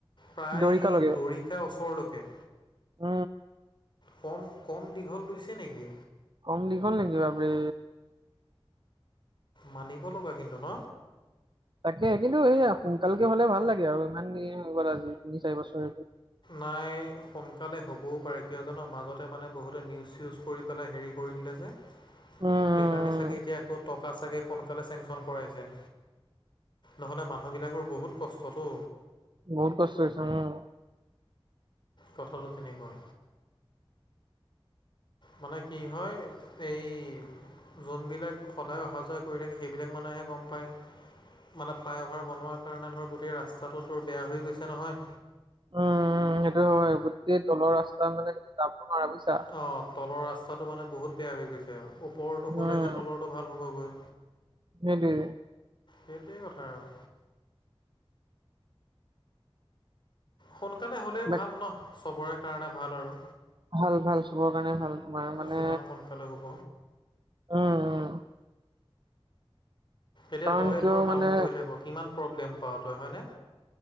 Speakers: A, on the left; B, on the right.
A: প্ৰায়
B: দৰিকালৈকে
A: দৰিকা ওচৰলকে
B: উ
A: কম কম দীঘল লৈছে নেকি
B: কম দীঘল নেকি বাপৰে
A: মানিব লগা কিন্তু ন।
B: তাকে কিন্তু সেইয়া সোনকালকে হলে ভাল লাগে আৰু ইমান দিন হৈ গ'ল আজি তিনি চাৰি বছৰৰ।
A: নাই সোনকালে হ'বও পাৰে কিয় জানো মাজতে মানে বহুতে নিউজ ইউজ কৰি পেলাই হেৰি কৰি দিলে যে। <unintelligible>
B: উম।
A: সেইকাৰণে
B: উম,
A: চাগে এতিয়া আকৌ টকা চাগে সোনকালে চেংচন কৰাইছে। নহ'লে মানুহবিলাকৰ বহুত কষ্টতো।
B: বহুত কষ্ট হৈছে উম।
A: কথাটো তেনেকুৱা। মানে কি হয় এই- যোনবিলাক সদায় অহা যোৱা কৰি থাকে সেইবিলাক মানুহে গম পায়। মানে ফ্লাই অভাৰ বনোৱাৰ কাৰণে ধৰ গোটেই ৰাস্তাটো তোৰ বেয়া হৈ গৈছে নহয়।
B: উম সেইটো হয় গোটেই তলৰ ৰাস্তা মানে তুমি যাব নোৱাৰা বুজিছা।
A: অ তলৰ ৰাস্তাটো মানে বহুত বেয়া হৈ গৈছে ওপৰৰতটো হ'লেহে
B: উম
A: তলৰ টো ভাল হ'বগৈ।
B: সেইটোৱে।
A: সেইটোৱেই কথা আৰু। সোনকালে হ'লেই
B: বাক
A: ভাল ন চবৰে কাৰণে ভাল আৰু।
B: ভাল ভাল চবৰ কাৰণে ভাল। তোমাৰ মানে
A: যিমান সোনকালে হ'ব।
B: উম। উম
A: এতিয়া
B: কাৰণ
A: তয়েই
B: কিয়
A: ধৰ টাউন
B: মানে
A: গৈ থাক কিমান প্ৰব্লেম পাৱ তই হয়নে।